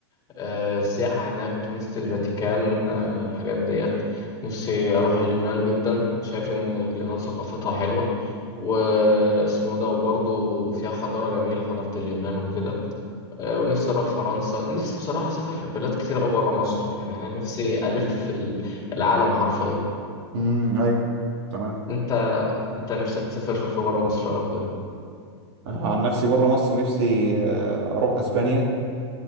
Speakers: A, on the left; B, on the right.
A: آه، السياحة هناك نفسي الفاتيكان آه الحاجات ديت نفسي أروح اليونان جدا شايف إن اليونان ثقافتها حلوة واسمه ده وبرضه فيها حضارة جميلة حضارة اليونان وكده آه ونفسي أروح فرنسا نفسي بصراحة أسافر بلاد كتير أوي برا مصر يعني أنا نفسي ألف في ال- العالم حرفيا
B: امم ايوه تمام
A: أنت أنت نفسك تسافر فين في برا مصر أو كده
B: أنا عن نفسي بره مصر نفسي آه، اروح اسبانيا